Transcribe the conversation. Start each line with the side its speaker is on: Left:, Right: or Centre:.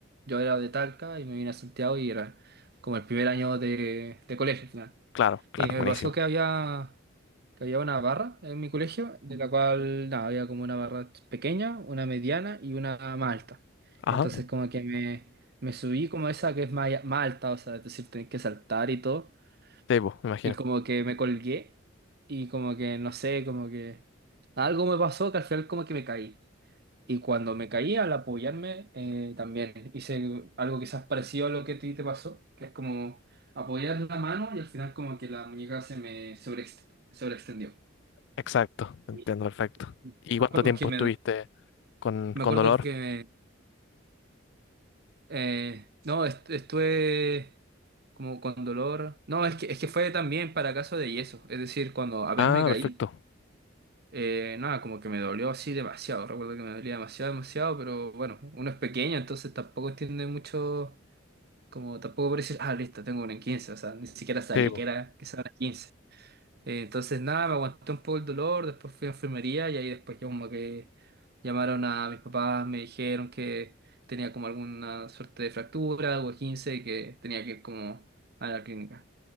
Right: yo era de Talca y me vine a Santiago y era como el primer año de, de colegio al final.
Left: Claro, claro,
Right: Y me
Left: buenísimo.
Right: pasó que había, que había una barra en mi colegio, de la cual nada, había como una barra pequeña, una mediana y una más alta.
Left: Ajá.
Right: Entonces como que me, me subí como esa que es más, más alta, o sea, es decir, tenés que saltar y todo.
Left: Tebo, me imagino.
Right: Y como que me colgué y como que, no sé, como que algo me pasó que al final como que me caí. Y cuando me caí al apoyarme, eh, también hice algo quizás parecido a lo que a ti te pasó, que es como apoyar la mano y al final como que la muñeca se me sobreext- sobreextendió.
Left: Exacto, te
Right: Y
Left: entiendo perfecto.
Right: <laughs>
Left: ¿Y
Right: Me
Left: cuánto
Right: acuerdo
Left: tiempo
Right: que me,
Left: estuviste con,
Right: me
Left: con
Right: acuerdo
Left: dolor?
Right: que eh, no, est- estuve como con dolor. No, es que, es que fue también para caso de yeso, es decir, cuando apenas
Left: Ah,
Right: me caí.
Left: perfecto.
Right: Eh, nada, como que me dolió así demasiado. Recuerdo que me dolía demasiado, demasiado, pero bueno, uno es pequeño, entonces tampoco entiende mucho, como tampoco por decir, ah, listo, tengo una en 15 o sea, ni siquiera sabía
Left: Tebo,
Right: que era que era una 15. Eh, entonces nada, me aguanté un poco el dolor, después fui a enfermería y ahí después ya como que llamaron a mis papás, me dijeron que tenía como alguna suerte de fractura, algo de 15, y que tenía que ir como a la clínica.